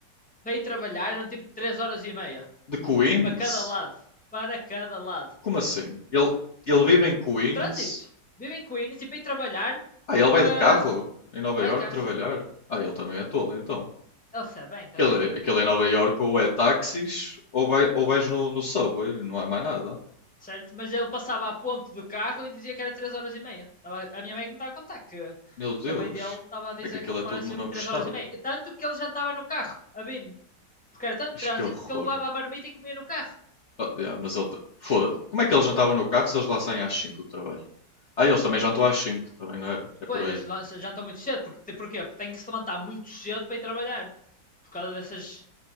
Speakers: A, in the centre; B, on the left (about 45°).
A: para ir trabalhar eram tipo 3 horas e meia.
B: De Queens?
A: Para cada lado. Para cada lado.
B: Como assim? Ele, ele vive em Queens?
A: Trânsito. Vive em Queens e para ir trabalhar.
B: Ah, ele vai
A: ah,
B: de carro em Nova
A: vai
B: York
A: de carro,
B: trabalhar?
A: sim.
B: Ah, ele também é tolo, então.
A: ele recebe bem também.
B: Aquele, é, aquele em Nova York ou é táxis ou, vai, ou vais no, no subway, não há mais nada.
A: certo? Mas ele passava a ponto do carro e dizia que era 3 horas e meia. Tava- a minha mãe que me estava a contar que,
B: Meu Deus,
A: que a mãe dele estava a dizer
B: é que aquilo
A: que ele
B: é
A: demorava
B: tudo
A: sempre
B: no mesmo
A: 3
B: estado.
A: horas e meia. E Tanto que ele jantava no carro, a Bin, porque era tanto trânsito
B: Ixi, que horror.
A: que ele levava a marmita e comia no carro.
B: Ah, yeah, mas ele. ta- Foda-se. Como é que eles jantavam no carro se eles lá saem às 5 do trabalho? Ah, eles também jantam às 5, também não é? É por
A: Pois,
B: aí.
A: eles lan- jantam muito cedo, porque, porquê? Porque tem que se levantar muito cedo para ir trabalhar. Por causa dessas